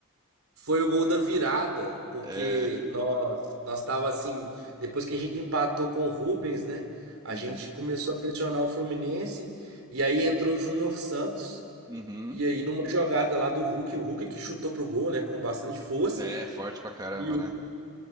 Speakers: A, on the right; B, on the right.
A: foi o gol da virada, porque
B: É.
A: nós nós tava assim, depois que a gente empatou com o Rubens, né? A
B: Uhum.
A: gente começou a pressionar o Fluminense e aí entrou o Júnior Santos.
B: Uhum.
A: E aí numa jogada lá do Hulk, o Hulk que chutou pro gol, né, com bastante força,
B: É, forte pra caramba,
A: e o,
B: né?